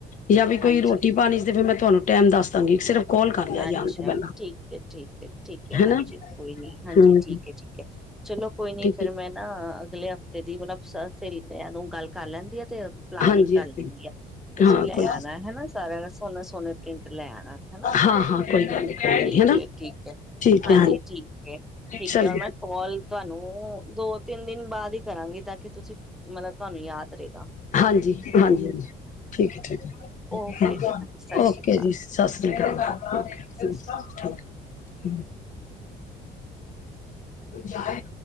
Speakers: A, on the left; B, in the centre.
A: ਜਾਂ ਵੀ ਕੋਈ
B: ਹਾਂਜੀ
A: ਰੋਟੀ ਪਾਣੀ ਤੇ ਫਿਰ ਮੈਂ ਤੁਹਾਨੂੰ ਟਾਈਮ ਦੱਸ ਦਾਂਗੀ ਸਿਰਫ ਕਾਲ ਕਰ ਲਿਆ ਜਾਣ
B: ਅੱਛਾ
A: ਤੋਂ ਪਹਿਲਾਂ
B: ਠੀਕ ਹੈ ਠੀਕ ਹੈ ਠੀਕ ਹੈ
A: ਹਨਾ
B: ਹਾਂਜੀ ਕੋਈ ਨੀ ਹਾਂਜੀ
A: ਹਮ
B: ਠੀਕ ਹੈ ਠੀਕ ਹੈ ਚਲੋ ਕੋਈ ਨੀ
A: ਠੀਕ
B: ਫੇਿਰ
A: ਹੈ
B: ਮੈਂ ਨਾ ਅਗਲੇ ਹਫ਼ਤੇ ਦੀ ਮਤਲਬ ਸਹੇਲੀਆਂ ਨੂੰ ਗੱਲ ਕਰ ਲੈਂਦੀ ਆ ਤੇ ਪਲਾਨਿੰਗ
A: ਹਾਂਜੀ
B: ਕਰ
A: ਹਾਂਜੀ
B: ਲੈਂਦੀ ਆ ਤੁਸੀਂ
A: ਹਾਂ
B: ਲੈ
A: ਕੋਈ
B: ਆਣਾ ਹਨਾ ਸਾਰਾ ਸੋਹਣੇ ਸੋਹਣੇ ਪ੍ਰਿੰਟ ਲੈ ਆਣਾ ਹਨਾ
A: ਹਾਂ ਹਾਂ ਕੋਈ ਗੱਲ ਨੀ ਕੋਈ ਗੱਲ
B: ਠੀਕ
A: ਨੀ ਹਨਾ
B: ਹੈ ਠੀਕ ਹੈ
A: ਠੀਕ
B: ਹਾਂਜੀ
A: ਹੈ
B: ਠੀਕ ਹੈ ਠੀਕ
A: ਚਲੋ
B: ਹੈ ਮੈਂ ਕੋਾਲ ਤੁਹਾਨੂੰ ਦੋ ਤਿੰਨ ਦਿਨ ਬਾਅਦ ਹੀ ਕਰਾਂਗੇ ਤਾਂ ਕਿ ਤੁਸੀਂ ਮਤਲਬ ਤੁਹਾਨੂੰ ਯਾਦ ਰਹੇ
A: ਹਾਂਜੀ ਹਾਂਜੀ ਹਾਂਜੀ ਠੀਕ ਹੈ ਠੀਕ
B: ਓਕੇ
A: ਹੈ
B: ਜੀ ਹਾਂਜੀ ਸਤਿ
A: ਓਕੇ
B: ਸ਼੍ਰੀ ਅਕਾਲ
A: ਜੀ ਸਤਿ ਸ੍ਰੀ ਅਕਾਲ ਓਕੇ
B: ਠੀਕ ਹੈ।
A: ਕ ਹਮ ਜਾਏ